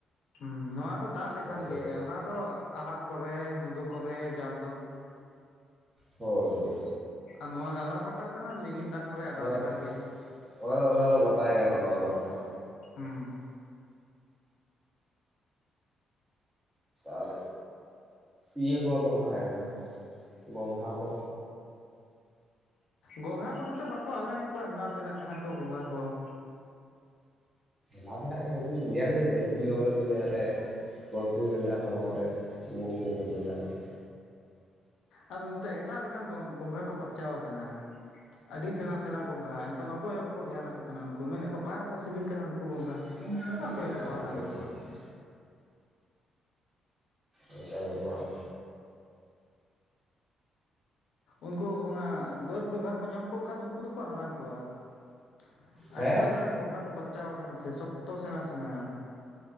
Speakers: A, on the left; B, on the right.
A: ᱦᱩᱸ ᱱᱩᱣᱟ ᱫᱚ ᱫᱟᱜ ᱞᱮᱠᱷᱟᱱ
B: ᱦᱮᱸᱥᱮ
A: ᱜᱮ ᱚᱱᱟ ᱫᱚ ᱟᱦᱟᱨ ᱠᱚᱨᱮ ᱢᱩᱰᱩ ᱠᱚᱨᱮ ᱡᱟᱞ ᱫᱚ
B: ᱦᱳᱭ᱾
A: ᱟᱨ ᱱᱚᱣᱟ ᱟᱲᱟ ᱯᱟᱴᱟ ᱛᱮᱫᱚ ᱦᱟᱜ ᱞᱤᱸᱜᱤᱱ ᱫᱟᱜ ᱠᱚᱨᱮ ᱚᱰᱟᱣ
B: ᱚᱱᱟ
A: ᱞᱮᱠᱷᱟᱱ
B: ᱫᱚ
A: ᱜᱮ
B: ᱚᱱᱟ ᱫᱚ ᱚᱱᱟᱫᱚ ᱜᱚᱴᱟᱭ ᱜᱟᱱᱚᱜᱼᱟ ᱱᱚᱣᱟ ᱫᱚ ᱦᱟᱜ ᱠᱷᱟᱱ᱾
A: ᱦᱩᱸ᱾
B: ᱟᱨ ᱤᱭᱟᱹ ᱠᱚᱦᱚ ᱛᱚᱠᱚ ᱛᱟᱦᱮᱸ ᱠᱟᱱᱟ ᱜᱚᱝᱜᱷᱟ ᱠᱚ᱾
A: ᱜᱚᱸᱜᱷᱟ ᱠᱚᱫᱚ ᱛᱚ ᱵᱟᱠᱚ ᱦᱟᱞᱟᱝ ᱮᱫ ᱠᱚᱣᱟ ᱦᱮᱞᱟᱣ ᱯᱷᱮᱞᱟᱜ ᱠᱟᱱᱟ ᱠᱚ ᱜᱚᱸᱜᱟ ᱠᱚ ᱾
B: ᱞᱟᱦᱟ ᱛᱮᱱᱟᱜ ᱩᱛᱩ ᱧᱮᱞ ᱵᱮᱱ ᱩᱛᱩ ᱡᱚᱢ ᱨᱮ ᱛᱤᱱᱟᱹᱜ ᱟᱞᱮ ᱯᱚᱨᱴᱤᱱ ᱢᱮᱱᱟᱜᱼᱟ ᱦᱚᱲᱢᱚ ᱨᱮ ᱵᱚᱦᱩ ᱯᱚᱨᱴᱤᱱ ᱢᱮᱱᱟᱜᱼᱟ ᱾
A: ᱟᱫᱚ ᱱᱚᱛᱮ ᱮᱴᱟᱜ ᱞᱮᱠᱟᱱ ᱜᱚᱝ, ᱜᱚᱸᱜᱷᱟ ᱠᱚ ᱯᱟᱨᱪᱟᱣ ᱟᱠᱟᱱᱟ ᱾ ᱟᱹᱰᱤ ᱥᱮᱬᱟ ᱥᱮᱬᱟ ᱜᱚᱝᱜᱷᱟ ᱮᱱᱠᱷᱟᱱ ᱚᱠᱚᱭ ᱦᱚᱸ ᱵᱟᱠᱚ ᱫᱷᱮᱭᱟᱱ ᱟᱠᱚ ᱠᱟᱱᱟ ᱩᱱᱠᱩ ᱢᱮᱱᱮᱜ ᱟᱠᱚ ᱵᱟᱠᱚ ᱥᱤᱵᱤᱞ ᱠᱟᱱᱟ ᱱᱩᱠᱩ᱾ ᱜᱚᱸᱜᱷᱟ
B: <unintelligible>
A: ᱚᱠᱚᱭ
B: ᱟᱪᱪᱷᱟ
A: ᱵᱟᱠᱚ ᱦᱟᱞᱟᱝᱮᱫ
B: ᱟᱪᱪᱷᱟ
A: ᱠᱚᱣᱟ
B: ᱟᱪᱪᱷᱟ᱾ ᱚᱝᱠᱟ ᱡᱚᱛᱚᱣᱟᱜ
A: ᱩᱱᱠᱩ ᱚᱱᱟ ᱵᱟᱹᱫᱽ ᱜᱚᱸᱜᱷᱟ ᱠᱚ ᱧᱟᱢ ᱠᱚᱜ ᱠᱷᱟᱱ ᱩᱱᱠᱩ ᱫᱚᱠᱚ ᱦᱟᱞᱟᱝ ᱠᱚᱣᱟ ᱾
B: ᱦᱮᱸ
A: ᱟᱻ ᱮᱴᱟᱜ ᱞᱮᱠᱟᱱ ᱜᱚᱸᱜᱷᱟ ᱠᱚ ᱯᱟᱨᱪᱟᱣ ᱠᱟᱱᱟ ᱥᱮ ᱥᱚᱠᱛᱚ ᱥᱮᱬᱟ ᱥᱮᱬᱟ ᱾